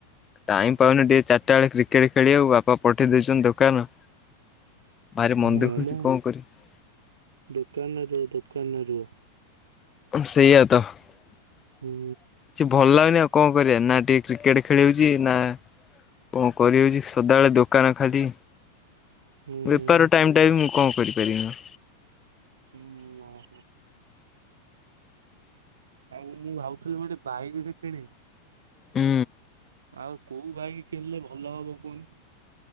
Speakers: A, on the left; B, on the right.
A: ଟାଇମ୍ ପାଉନି ଟିକେ ଚାରିଟା ବେଳେ୍ରିକ ଖେଳି ଖେଳି ଆକୁ ବାପା ପଠେଇ ଦେଇଉଛନ୍ତି ଦୋକାନ। ଭାରି ମନ
B: ହଁ
A: ଦୁଃଖ ହଉଛି
B: ମ
A: କଣ କରିବି
B: ଦୋକାନ ରୁହ ଦୋକାନ ରୁହ
A: ସେଇଆ ତ କିଛି
B: ହୁଁ
A: ଭଲ ଲାଗନ ଉ କଣ କରିବା ନା ଟିକେ କ୍ରିକେଟ ଖେଳଉଛି ନା କଣ କରିହଉଛି ସଦାବେଳେ ଦୋକାନ ଖାଲି
B: ହୁଁ
A: ବେପାର ଟାଇମ ଟା ବି ମୁଁ କଣ କରିପାରିିନ
B: ହୁଁ ଓହୋ ଆଉ ମୁଁ ଭାଉଥିଲି ଗୋଟେ ବାଇ ଗୋଟେ କିଣିବୁ
A: ହୁଁ।
B: ଆଉ କୋଉ ଭାଇ କିଣିଲେ ଭଲ ହବ କୁହନ?